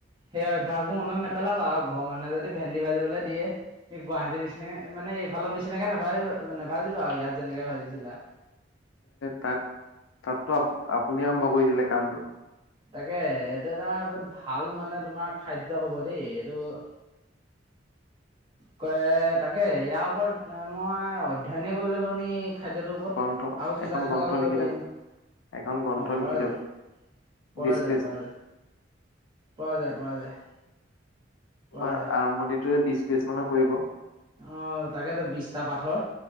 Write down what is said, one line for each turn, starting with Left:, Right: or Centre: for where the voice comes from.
Right: সেই অভ্যাসবোৰ মনত নেপেলাব আৰু ঘৰৰ মানুহে যদি ভেন্দি ভাজিবলৈ দিয়ে সি গুৱাহাটী নিচ- মানে এইফালৰ নিচিনাকে নাভাবিবা নেভাজিবা ইয়াত যেনেকে ভাজিছিলা।
Left: তাত তাতো আপুনিয়ে আৰম্ভ কৰিছিলে কামটো।
Right: তাকে, এইটো এটা বহুত ভাল মানে তোমাৰ খাদ্য হব দেই এইটো- কে তাকে ইয়াৰ ওপৰত এ মই অধ্যয়নে কৰিবলৈ লওঁ নি। খাদ্যটোৰ ওপৰত
Left: গ্ৰন্থ
Right: আৰু কিবা
Left: এখন
Right: তেনেকুৱা
Left: গ্ৰন্থ
Right: কৰিব
Left: লিখি
Right: পাৰি
Left: দিয়ক
Right: নেকি,
Left: এখন গ্ৰন্থ
Right: অঁ পৰা
Left: লিখি দিয়ক
Right: যায়। পৰা
Left: বিশ
Right: যায়
Left: পেজ
Right: পৰা যায়। পৰ যায় পৰা যায়। পৰা
Left: তোমাৰ
Right: যায়
Left: আৰম্ভণিটোৱে বিশ বিশি মানৰ পৰিব।
Right: অঁ তাকেতো বিছটা পাথৰ